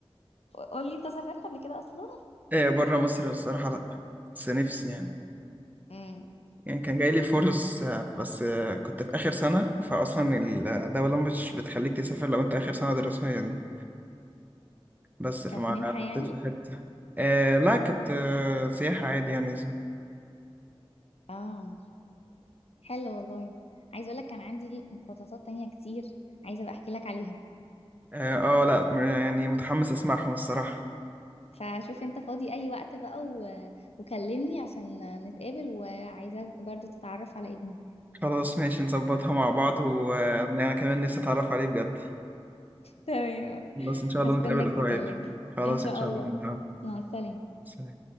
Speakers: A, on the left; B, on the right.
A: قول لي انت سافرت قبل كده اصلا
B: <laughs> ايه بره مصر الصراحة لا بس نفسي يعني
A: امم
B: يعني كان جاي لي فرص آه، بس آه، كنت في آخر سنة فأصلا الدولة مش بتخليك تسافر لو أنت آخر سنة دراسية يعني دي بس فما
A: كانت منحة
B: حطيت
A: يعني
B: في حتة آه لا كانت آه سياحة عادي يعني
A: اه حلو والله عايزة اقول لك كان عندي مخططات تانية كتير عايزة ابقى احكي لك عليها
B: آه, آه لا م- يعني متحمس أسمعهم الصراحة
A: فشوف انت فاضي اي وقت بقى و... وكلمني عشان نتقابل وعايزاك برضو تتعرف على ابني
B: خلاص ماشي نظبطها مع بعض وأنا كمان نفسي أتعرف عليه بجد
A: تمام
B: خلاص إن شاء الله
A: هستناك
B: نتقابل قريب
A: تكلمني
B: خلاص
A: ان شاء
B: إن شاء
A: الله
B: الله
A: مع السلامة
B: سلام.